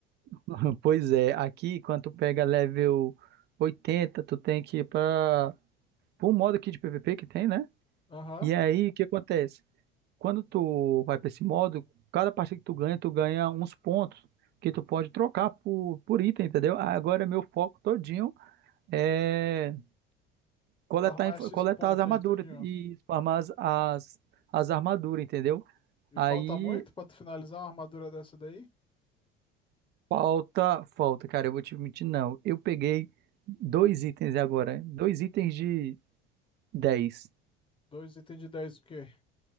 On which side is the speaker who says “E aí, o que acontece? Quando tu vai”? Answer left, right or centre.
Right